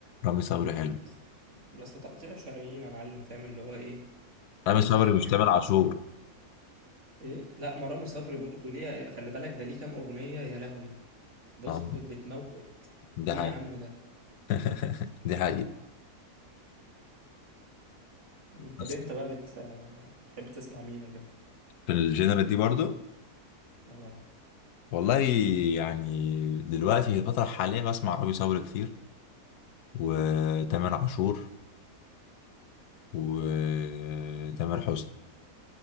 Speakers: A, on the left; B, on the right.
A: رامي صبري حلو
B: بس بس تقطيع شرايين يا معلم فاهم اللي هو ايه
A: رامي
B: انت
A: صبري مش تامر عاشور
B: ايه لا مرامي صبري برضه ليه خلي بالك ده ليه كام اغنيه يا لهوي بص
A: آه،
B: ب- بتموت
A: ده
B: ايه
A: حقيقي
B: يا عم ده
A: <laughs> دي حقيقة
B: مم، طب
A: بس
B: انت بقى بت... بتحب تسمع مين وكده
A: من الجنرال دي برضو
B: اه
A: والله يعني دلوقتي في الفترة الحالية بسمع رامي صبري كتير وتامر عاشور وتامر حسني